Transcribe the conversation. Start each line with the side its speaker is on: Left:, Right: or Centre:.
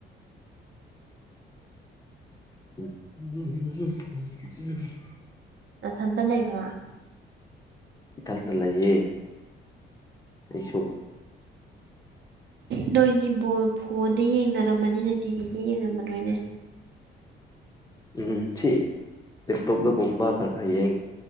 Left: ꯎ
Right: ꯅꯊꯟꯇ ꯂꯩꯕ꯭ꯔꯥ
Left: ꯏꯊꯟꯇ ꯂꯩꯌꯦ ꯑꯩꯁꯨ
Right: ꯅꯣꯏꯗꯤ ꯕꯣ ꯐꯣꯟꯗ ꯌꯦꯡꯅꯔꯝꯃꯅꯤꯅꯦ ꯇꯤꯚꯤꯗ ꯌꯦꯡꯉꯃ ꯅꯣꯏꯅꯦ
Left: ꯎꯝ ꯁꯤ ꯂꯦꯞꯇꯣꯞꯇꯒꯨꯝꯕ ꯈꯔ ꯈꯔ ꯌꯦꯡ